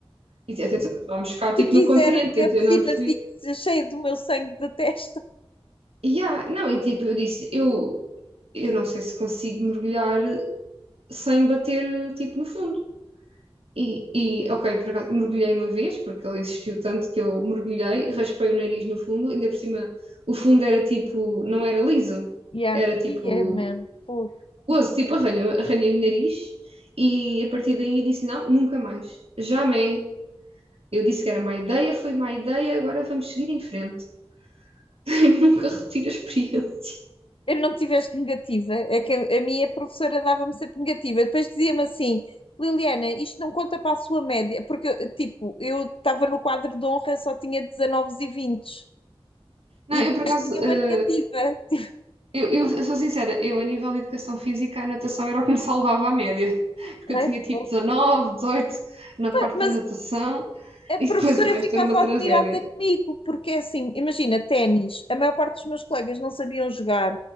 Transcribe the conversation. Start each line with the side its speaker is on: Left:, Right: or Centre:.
Right: E atenção, nós estávamos cá, tipo,
Left: se quiser
Right: no continente,
Left: que
Right: então
Left: a piscina
Right: eu não percebi.
Left: fique cheia do meu sangue da testa.
Right: Yeah, não, e tipo, eu disse, eu, eu não sei se consigo mergulhar sem bater, tipo, no fundo. E, e ok, por acaso, mergulhei uma vez, porque ele insistiu tanto que eu mergulhei, raspei o nariz no fundo, ainda por cima, o fundo era tipo, não era liso,
Left: Yeah.
Right: era tipo,
Left: Yeah, man. Fogo.
Right: gozo, tipo, arranha, arranhei o nariz, e a partir daí disse, não, nunca mais, jamais. Eu disse que era má ideia, foi má ideia, agora vamos seguir em frente. <laughs> Nunca retiro a experiência.
Left: Eu não tiveste negativa, é que a, a minha professora dava-me sempre negativa. Depois dizia-me assim: Liliana, isto não conta para a sua média, porque eu, tipo, eu estava no quadro de honra, só tinha 19 e 20
Right: Não,
Left: e
Right: eu
Left: depois
Right: por acaso,
Left: tinha uma
Right: eh,
Left: negativa. <laughs>
Right: Eu, eu, eu sou sincera, eu a nível de educação física, a natação era o que me salvava a média, porque
Left: Tipo,
Right: eu tinha tipo 19 18 na
Left: né?
Right: parte
Left: Mas
Right: da natação
Left: a
Right: e
Left: professora
Right: depois do resto
Left: ficava
Right: era uma tragédia.
Left: admirada comigo, porque é assim, imagina, ténis, a maior parte dos meus colegas não sabiam jogar,